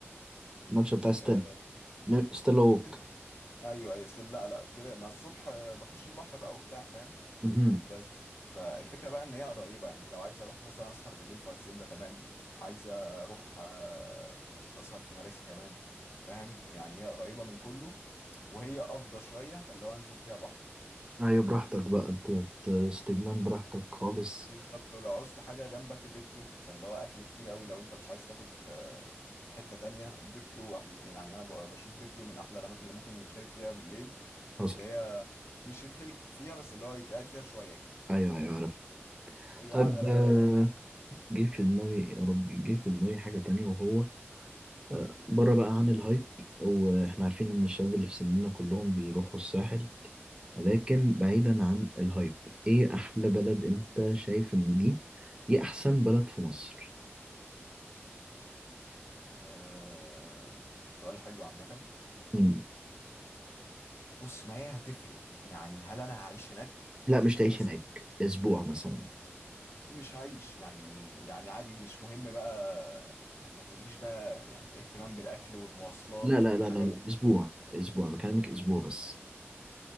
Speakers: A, on the right; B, on the left.
A: الممشى بتاع ستيل
B: آه،
A: ستيل ووك
B: كده ايوه ايوه ستيلا لا لا كده ما الصبح آه، بخش البحر بقى وبتاع فاهم
A: امم
B: بس فالفكرة بقى ان هي قريبة يعني لو عايز اروح مثلا اسهر بالليل في هاسيندا تمام عايز اروح آه، اسهر في مراسي تمام فاهم يعني هي قريبة من كله وهي افضى شوية فاللي هو انزل فيها بحر فاهم
A: ايوه براحتك بقى انت أنت استجمام براحتك خالص
B: بالظبط ولو عوزت حاجة جنبك ديبلو فاللي هو اكل كتير قوي لو انت مش عايز تاكل في في حتة تانية ديبلو احلى يعني انا ب- بشوف ديبلو من احلى الاماكن اللي ممكن يتخرج فيها بالليل
A: حصل
B: اللي هي مش يتخرج فيها بس اللي هو يتقعد فيها شوية كده
A: ايوه ايوه عارف
B: هي
A: طيب
B: قاعدة رايقة
A: آه،
B: يعني
A: جه في دماغي يا ربي جه في دماغي حاجة تانية وهو آه، بره بقى عن الهايب واحنا عارفين ان الشباب اللي في سننا كلهم بيروحوا الساحل ولكن بعيدا عن الهايب ايه احلى بلد انت شايف ان دي دي احسن بلد في مصر
B: أه... سؤال حلو عامة
A: مم.
B: بص ما هي هتفرق يعني هل انا هعيش هناك
A: لا مش
B: يعني
A: تعيش
B: مثلا
A: هناك اسبوع مثلا
B: مش هعيش يعني يعني عادي مش مهم بقى يعني ما تقوليش بقى يعني اهتمام بالاكل والمواصلات
A: لا لا
B: والحاجات
A: لا لا لا
B: دي
A: اسبوع اسبوع بكلمك اسبوع بس